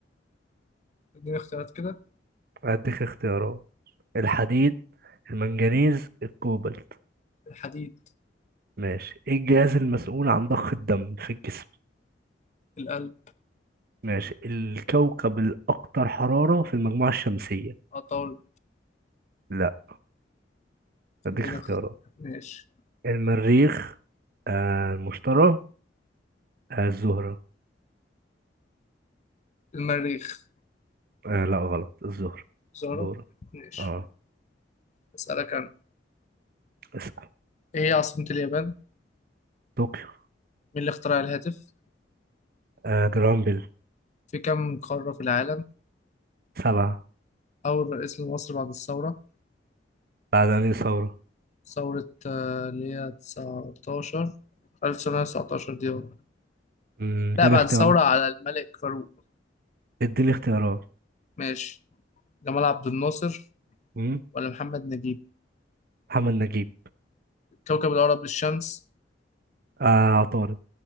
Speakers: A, on the left; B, on the right.
A: اديني اختيارات كده
B: هديك اختيارات الحديد المنجنيز الكوبالت
A: الحديد
B: ماشي ايه الجهاز المسؤول عن ضخ الدم في الجسم
A: القلب
B: ماشي الكوكب الاكثر حرارة في المجموعة الشمسية
A: عطارد
B: لا هديك
A: اديني
B: اختيارات
A: اخت... ماشي
B: المريخ آه المشتري آه الزهرة
A: المريخ
B: آه لا غلط الظهر
A: زهرة
B: دورة
A: ماشي
B: اه
A: اسألك انا
B: اسأل
A: ايه هي عاصمة اليابان مين
B: طوكيو
A: اللي اخترع الهاتف
B: آه جرامبل
A: في كم قارة في العالم
B: سبعة
A: اول رئيس لمصر بعد الثورة
B: بعد أنهي ثورة
A: ثورة آه، اللي هي 19 1919 دي هو.
B: مم، اديني
A: لا بعد
B: اختيارات
A: الثورة على الملك فاروق
B: اديني اختيارات
A: ماشي جمال عبد الناصر
B: مم،
A: ولا محمد نجيب
B: محمد نجيب
A: كوكب الأرض الشمس
B: آه عطارد